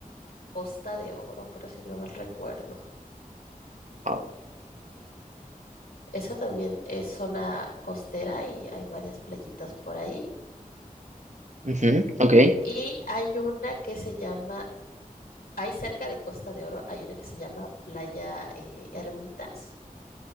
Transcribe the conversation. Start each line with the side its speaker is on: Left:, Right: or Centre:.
Left: Costa de Oro, creo si no mal recuerdo.
Right: Ok.
Left: Esa también es zona costera y hay varias playitas por ahí.
Right: Ujú, ok.
Left: Y hay una que se llama, hay cerca de Costa de Oro, hay una que se llama Playa eh, Ermitas,